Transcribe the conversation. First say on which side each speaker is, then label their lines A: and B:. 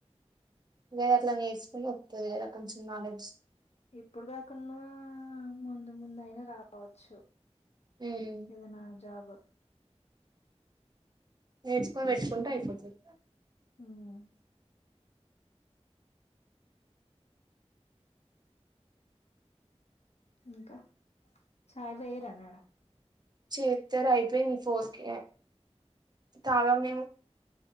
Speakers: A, on the right; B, on the left.
A: గదే అట్లా నేర్చుకుని వత్తది కదా కొంచెం నాలెడ్జ్
B: ఇప్పుడు కాకున్నా ముందు ముందు అయినా రావచ్చు
A: ఉమ్
B: ఏదన్నా జాబు
A: నేర్చుకుని పెట్టుకుంటే అయిపోతది
B: ఉమ్ ఇంకా చాయ్ వేరనాడా
A: చేత్తారు అయిపోయింది ఫోర్ కె తాగం మేము